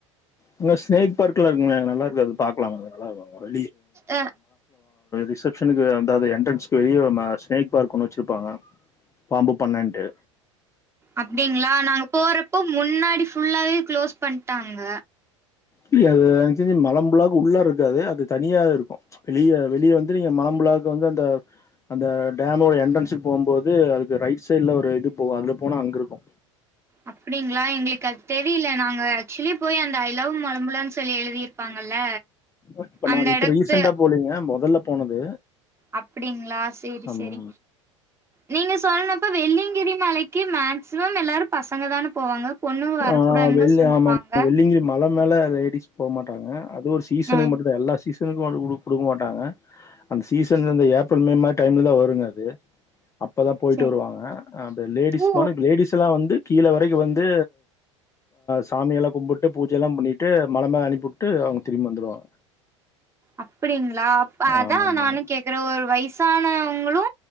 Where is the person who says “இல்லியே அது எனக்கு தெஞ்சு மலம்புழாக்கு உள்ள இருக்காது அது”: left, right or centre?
Left